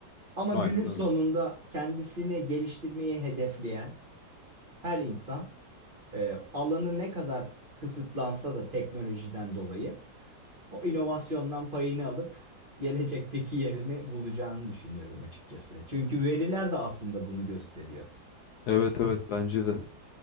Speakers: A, on the right (about 30°); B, on the left (about 70°).
A: Ama
B: Aynen
A: günün sonunda
B: öyle.
A: kendisini geliştirmeyi hedefleyen her insan e, alanı ne kadar kısıtlansa da teknolojiden dolayı o inovasyondan payını alıp gelecekteki yerini bulacağını düşünüyorum açıkçası. Çünkü veriler de aslında bunu gösteriyor.
B: Evet evet bence de.